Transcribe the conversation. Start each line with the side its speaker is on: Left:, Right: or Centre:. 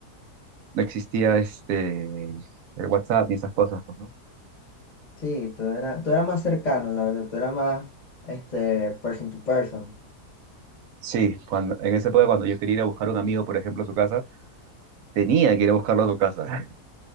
Right: no existía este, el WhatsApp ni esas cosas, pues, ¿no?
Left: Sí, tú eras, tú eras más cercano, la verdad, tú eras más, este, person to person.
Right: Sí, cuando, en esa época cuando yo quería ir a buscar a un amigo, por ejemplo, a su casa, tenía que ir a buscarlo a su casa.